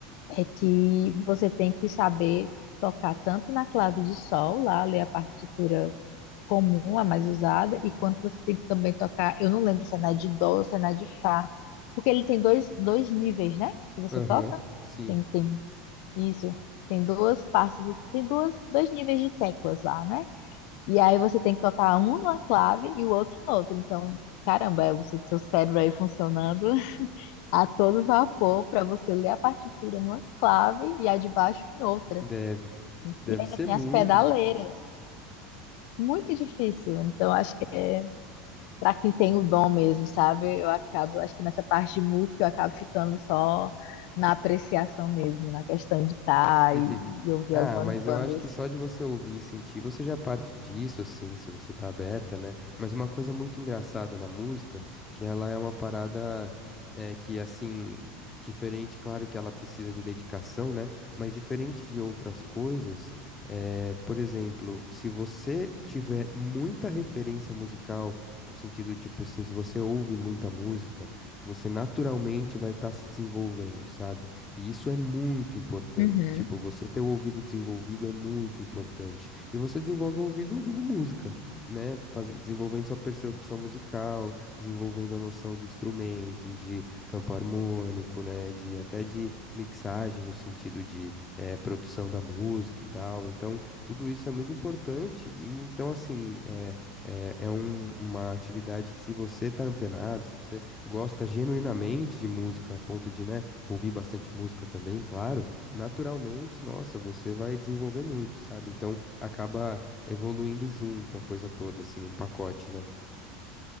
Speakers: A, on the left; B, on the left.
A: é que você tem que saber tocar tanto na clave de sol, lá, ler a partitura comum, a mais usada, e quanto você tem que também tocar, eu não lembro se é na de dó ou se é na de fá, porque ele tem dois, dois níveis, né, que você
B: Aham,
A: toca,
B: sim,
A: tem, tem isso, tem duas partes, tem duas, dois níveis de teclas lá, né, e aí você tem que tocar um numa clave e o outro no outro então, caramba, é o seu cérebro aí funcionando a todo vapor para você ler a partitura numa clave e a de baixo em outra.
B: deve. Deve
A: E ainda
B: ser
A: tem
B: muito
A: as pedaleiras.
B: difícil.
A: Muito difícil. Então, acho que é para quem tem o dom mesmo, sabe? Eu acabo, acho que nessa parte de música eu acabo ficando só na apreciação mesmo, na questão de estar
B: <laughs>
A: e, e ouvir
B: Ah,
A: algumas
B: mas
A: bandas.
B: eu acho que só de você ouvir e sentir, você já parte disso, assim, se você tá aberta, né? Mas uma coisa muito engraçada na música, que ela é uma parada é, que, assim, diferente, claro que ela precisa de dedicação, né? Mas diferente de outras coisas, é, por exemplo, se você tiver muita referência musical, no sentido, tipo assim, se você ouve muita música, você naturalmente vai estar se desenvolvendo, sabe? E isso é muito importante.
A: Uhum.
B: Tipo, você ter o ouvido desenvolvido é muito importante. E você desenvolve o ouvido ouvindo música, né? Faz- desenvolvendo sua percepção musical, desenvolvendo a noção de instrumentos, de campo harmônico, né? De até de mixagem no sentido de eh, produção da música e tal. Então, tudo isso é muito importante. E então, assim, é, é, é um- uma atividade que se você tá antenado, se você gosta genuinamente de música, a ponto de, né? ouvir bastante música também, claro, naturalmente, nossa, você vai desenvolver muito, sabe? Então acaba evoluindo junto a coisa toda, assim, um pacote, né?